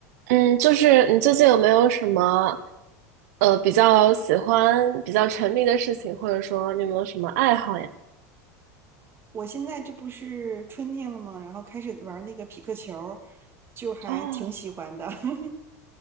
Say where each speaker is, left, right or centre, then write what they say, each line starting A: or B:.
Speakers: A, on the right; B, on the right.
A: 嗯，就是你最近有没有什么呃比较喜欢、比较沉迷的事情，或者说你有没有什么爱好呀？
B: 我现在这不是春天了吗？然后开始玩那个匹克球儿就还挺喜欢的。
A: 哦，
B: <laughs>